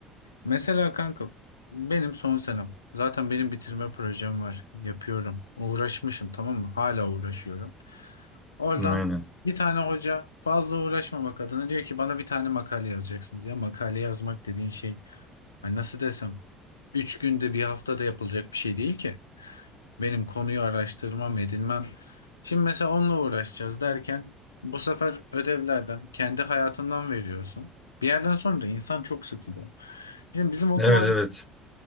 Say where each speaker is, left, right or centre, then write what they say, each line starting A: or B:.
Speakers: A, on the left; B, on the left.
A: mesela kanka benim son senem zaten benim bitirme projem var yapıyorum uğraşmışım tamam mı hala uğraşıyorum. Oradan
B: Aynen.
A: bir tane hoca fazla uğraşma bak adına diyor ki bana bir tane makale yazacaksınız. Ya makale yazmak dediğin şey hani nasıl desem 3 günde bir haftada yapılacak bir şey değil ki. Benim konuyu araştırmam edinmem. Şimdi mesela onunla uğraşacağız derken bu sefer ödevlerden kendi hayatından veriyorsun. Bir yerden sonra da insan çok sıkılıyor. Şimdi bizim okul
B: Evet
A: hayatı
B: evet.